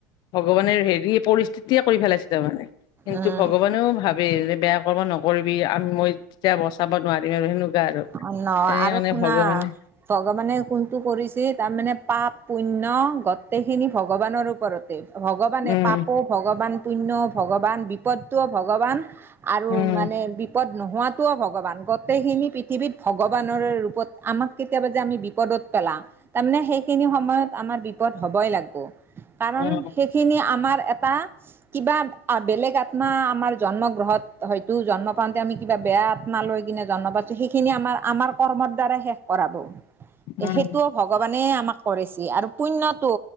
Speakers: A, on the left; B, on the right.
A: ভগৱানে হেৰি পৰিস্থিতিয়ে কৰি পেলাইছে তাৰমানে কিন্তু
B: উম
A: ভগৱানেও ভাবে যে বেয়া মিছাঁ নকৰিবি আমি মই তেতিয়া বচাব নোৱাৰিম আৰু সেনেকুৱা আৰু এনে
B: অ ন আৰু
A: কাৰণে
B: শুনা
A: ভগৱানে
B: ভগৱানে কোনটো কৰিছে তাৰমানে পাপ পুণ্যয় গোটেইখিনি ভগৱানৰ ওপৰত যে ভগৱানে
A: উম
B: পাপো ভগৱান পুণ্য ভগৱান বি বিপদটোও ভগৱান আৰু
A: উম উম
B: মানে বিপদ নোহোৱাটোও ভগৱান গোটেইখিনি পৃথিৱীত ভগৱানৰ ৰূপত আমাক কেতিয়াবা যে আমি বিপদত পেলা তাৰমানে সেইখিনি সময়ত আমাৰ বিপদ হবই লাগব কাৰণ
A: উম
B: সেইখিনি আমাৰ এটা কিবা বেলেগ আত্মা আমাৰ জন্ম গ্ৰহত হয়তো জন্ম পাওঁতে আমি কিবা বেয়া আত্মা লৈ জন্ম পছো সেইখিনি আমাৰ আমাৰ কৰ্মৰ দ্বাৰা শেষ কৰাব
A: উম
B: সেইটো ভগৱানে আমাক কৰিছে আৰু পুণ্যটো